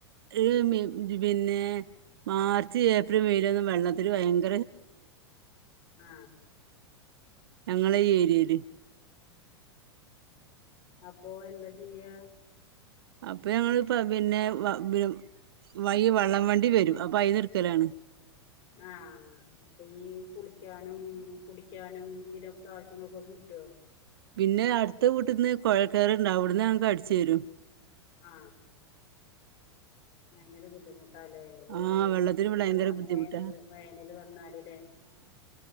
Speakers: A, on the right; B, on the left.
A: ഹ് മ്ന് പിന്നെ മാർച്ച് ഏപ്രി മെയിലൊന്നും വെള്ളത്തിൽ വൈങ്കര
B: ആ
A: ഞങ്ങളെ ഈ ഏരിയേല്.
B: ആ അപ്പൊ എന്താ ചെയ്യ?
A: അപ്പൊ ഞങ്ങള് പ പിന്നെ വ വ് വൈ വള്ളം വണ്ടി വരും അപ്പൊ അയിന്ന്ട്ക്കലാണ്.
B: ആ പ്പ ഈ കുളിക്കാനും കുടിക്കാനും ഇതിനൊക്കെ ആവശ്യങ്ങൾക്കൊ ട്ടോ.
A: പിന്നെ അടുത്ത വീട്ട്ന്ന് കൊഴൽകേർണ്ട് അവിടന്ന് ഞങ്ങക്ക് അടിച്ചരും.
B: ആ ബൈങ്കര ബുദ്ധിമു ട്ടാല്ലേ
A: ആ
B: ഈ
A: വെള്ളത്തിന് ഇവിടെ ഭയങ്കര
B: വെള്ളം
A: ബുദ്ധിമുട്ടാ
B: വേനല് വേനല് വന്നാല് ല്ലേ?